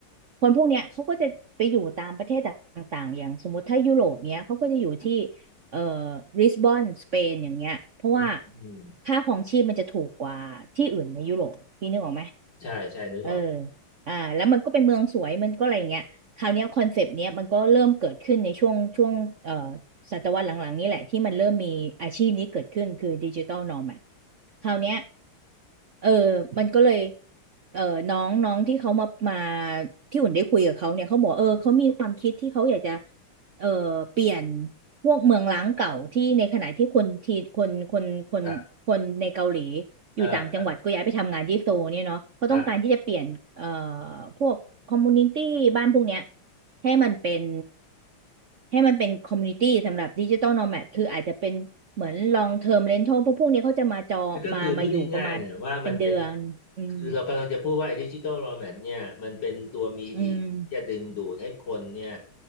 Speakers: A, on the right; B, on the left.
A: คนพวกเนี้ยเขาก็จะไปอยู่ตามประเทศต่างๆอย่างสมมติถ้ายุโรปเนี้ยเขาก็จะอยู่ที่ เอ่อบริสบอนสเปนอย่างเงี้ยเพราะว่า
B: อืมอืม
A: ค่าของชีพมันจะถูกกว่าที่อื่นในยุโรปพี่นึกออกไหม
B: ใช่ใช่นึกออก
A: เอออ่าแล้วมันก็เป็นเมืองสวยมันก็อะไรอย่างเงี้ยคราวเนี้ยคอนเซปต์เนี้ยมันก็เริ่มเกิดขึ้นในช่วงช่วงเอ่อศตวรรษหลังๆนี่แหละที่มันเริ่มมีอาชีพนี้เกิดขึ้นคือดิจิ t a ลนอ m a d คราวเนี้ยเออมันก็เลยเออน้องน้องที่เขามามาที่อุ่นได้คุยกับเขาเนี่ยเขาบอกเออเขามีความคิดที่เขาอยากจะ เอ่อเปลี่ยนพวกเมืองร้างเก่าที่ในขณะที่คนที่คนคนคนคนในเกาหลี
B: ครับเออครับ
A: อยู่ต่างจังหวัดก็ย้ายไปทำงานที่โซลเนี่ยเนาะเขาต้องการที่จะเปลี่ยนเอ่อ
B: ครับ
A: พวกคอมมูนิตี้บ้านพวกเนี้ยให้มันเป็นให้มันเป็นคอมมูนิตี้สำหรับดิจิ t a ลโนแมดคืออาจจะเป็นเหมือนลองเทอมเรนทัลพวกพวกเนี้ยเขาจะมาจองมามาอยู่ประมาณเป็นเดือนอืม
B: นั่นก็คือพูดง่ายๆนะว่ามันเป็นคือเรากำลังจะพูดว่าไอ้ดิจิตอลโรแมนเนี่ยมันเป็นตัวมีดี่จะดึงดูดให้คนเนี่ย
A: อืม